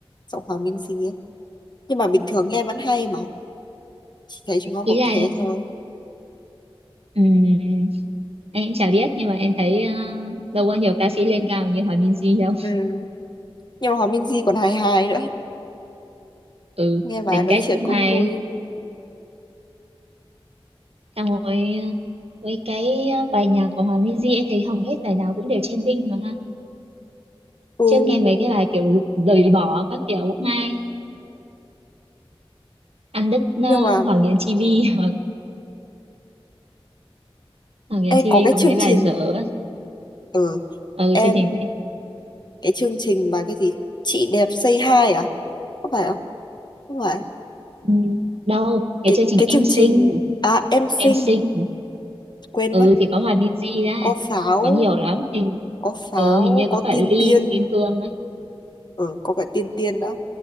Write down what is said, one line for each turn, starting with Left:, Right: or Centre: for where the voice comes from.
Left: giọng Hòa Minzy ấy nhưng mà bình thường nghe vẫn hay mà chỉ thấy chúng nó bảo
Right: ý là
Left: thế thôi
Right: Ừm, em cũng chả biết nhưng mà em thấy ờ, đâu có nhiều ca sĩ lên cao như Hòa Minzy đâu
Left: ừ. nhưng mà Hòa Minzy còn hài hài nữa
Right: ừ
Left: nghe bà
Right: tính
Left: nói
Right: cách
Left: chuyện
Right: cũng
Left: cũng
Right: hay
Left: vui
Right: xong rồi ờ, với cái ờ, bài nhạc của Hòa Minzy em thấy hầu hết bài nào cũng đều trending mà ha
Left: Ừ,
Right: trước nghe mấy cái bài kiểu rời bỏ các kiểu cũng hay ăn đứt
Left: nhưng
Right: ờ,
Left: mà
Right: Hoàng Yến Chi Vi <laughs> hoặc Hoàng Yến
Left: ê,
Right: Chi
Left: có
Right: Vi
Left: cái
Right: có
Left: chương
Right: mấy bài
Left: trình
Right: dở
Left: ở ừ,
Right: ở ừ,
Left: em
Right: chương trình gì
Left: cái chương trình mà cái gì chị đẹp say hi à có phải không không phải
Right: Ừm, đâu cái
Left: cái
Right: chương trình
Left: cái
Right: Em
Left: chương
Right: Xinh
Left: trình à em xinh
Right: em xinh
Left: quên
Right: ừ
Left: mất
Right: thì có hòa Minzy ra
Left: có pháo
Right: có nhiều lắm hình
Left: có pháo
Right: ừ, hình như
Left: có
Right: có cả
Left: tiên
Right: Ly
Left: tiên
Right: Kim Cương á
Left: ở ừ, có cả tiên tiên đó